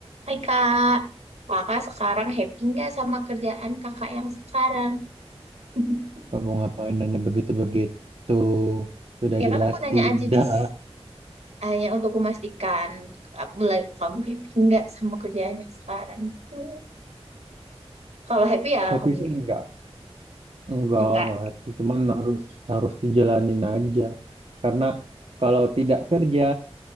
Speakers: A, on the right; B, on the right.
A: Hai kak, kakak sekarang happy nggak sama kerjaan kakak yang sekarang? <laughs>
B: Kamu ngapain nanya begitu-begitu? Sudah
A: Ya
B: jelas
A: kan aku nanya
B: tidak.
A: aja Jis, hanya untuk memastikan aku like, kamu happy nggak sama kerjaan yang sekarang? Hmm. Kalau happy
B: <laughs>
A: ya
B: Happy
A: alhamdulillah.
B: sih enggak. Enggak,
A: Enggak,
B: enggak happy. Cuman harus harus dijalanin aja. Karena kalau tidak kerja,